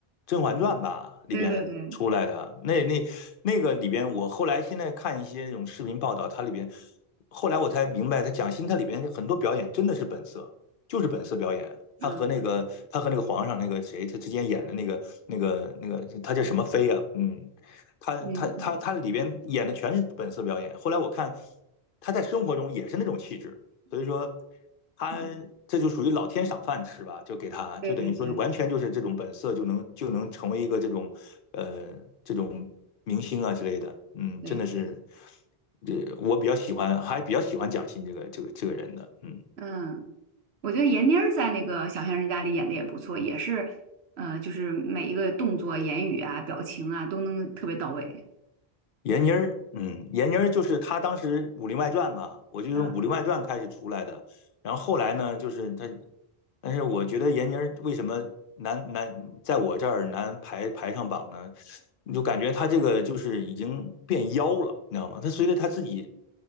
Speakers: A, on the left (about 65°); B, on the right (about 85°).
A: 《甄嬛传》吧里边出来的。
B: 对对对，嗯
A: 那那那个里边，我后来现在看一些那种视频报道，它里边后来我才明白，她蒋欣她里边很多表演真的是本色，就是本色表演。
B: 嗯
A: 她和那个她和那个皇上那个谁，她之间演的那个那个那个，她叫什么妃啊？嗯，他他他他里边演的全是本色表演。
B: 嗯嗯
A: 后来我看他在生活中也是那种气质，所以说他这就属于老天赏饭吃吧，
B: 嗯，
A: 就给他就等于说是完全就是这种本色就能就能成为一个这种呃这种明星啊之类的。
B: 对对对
A: 嗯，
B: 对，
A: 真的是，这我比较喜欢，还比较喜欢蒋欣这个这个这个人的。嗯，
B: 嗯，我觉得闫妮儿在那个《小巷人家》里演的也不错，也是，呃，就是每一个动作、言语啊、表情啊都能特别到位。
A: 闫妮儿，嗯，闫妮儿就是她当时《武林外传》吧，我就用《武林外传》开始出来的。
B: 嗯，
A: 然后后来呢，就是他但是我觉得闫妮儿为什么难难在我这儿难排排上榜呢？你就感觉她这个就是已经变妖了，你知道吗？她随着她自己